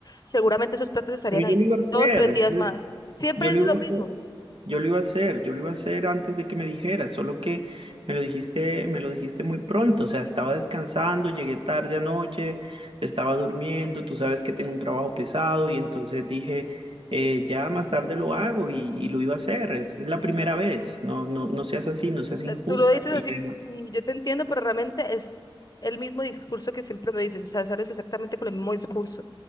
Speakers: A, on the left; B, on the right.
A: seguramente esos platos estarían
B: Pero
A: ahí
B: yo lo iba a hacer,
A: dos, tres días
B: yo,
A: más. Siempre
B: yo
A: dice
B: lo iba
A: lo
B: a
A: mismo.
B: hacer. Yo lo iba a hacer, yo lo iba a hacer antes de que me dijeras, solo que me lo dijiste, me lo dijiste muy pronto, o sea, estaba descansando, llegué tarde anoche, estaba durmiendo, tú sabes que tengo un trabajo pesado y entonces dije, eh, ya más tarde lo hago y, y lo iba a hacer, es la primera vez, no, no, no seas así, no seas
A: O sea,
B: injusta.
A: tú lo dices
B: Y
A: así
B: además,
A: pues, y yo te entiendo, pero realmente es el mismo discurso que siempre me dices, o sea, sales exactamente con el mismo discurso.